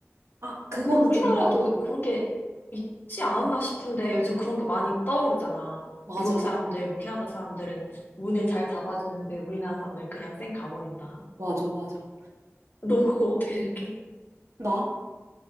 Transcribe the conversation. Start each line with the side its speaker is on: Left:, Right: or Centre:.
Right: 아 그거는
Left: 근데 우리나라도
Right: 중요하다고.
Left: 그런 게 있지 않았나 싶은데 요즘 그런 게 많이 떠오르잖아.
Right: 맞아
Left: 미국
Right: 맞아
Left: 사람들, 뭐 캐나다 사람들은 문을 잘 잡아주는데 우리나라 사람들은 그냥 쌩 가버린다.
Right: 맞아 맞아.
Left: 넌 그거 어떻게 생각해?
Right: 나?